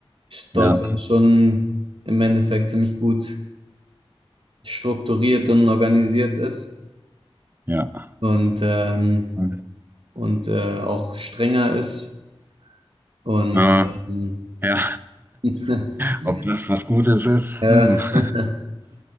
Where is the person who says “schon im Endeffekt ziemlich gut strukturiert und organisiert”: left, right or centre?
Right